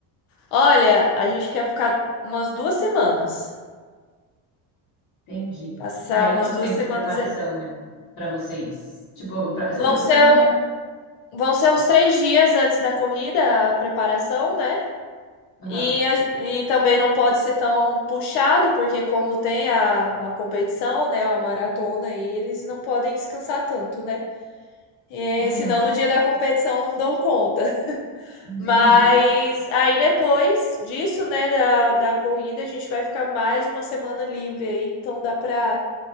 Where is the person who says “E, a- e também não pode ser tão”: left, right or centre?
Left